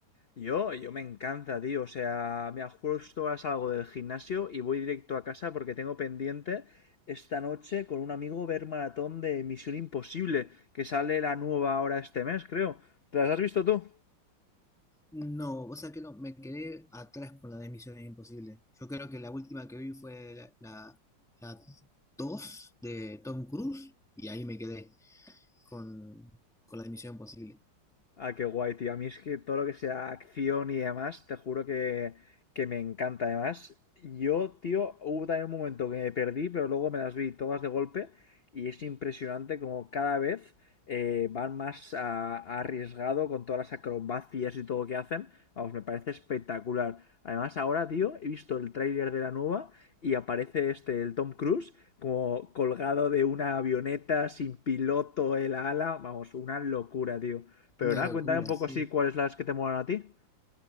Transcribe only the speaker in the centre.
No, o sea que no, me quedé atrás con la de Misiones Imposibles. Yo creo que la última que vi fue la, la, la 2 de Tom Cruise y ahí me quedé con, con la de Misión Imposible.
Una
locura,
sí.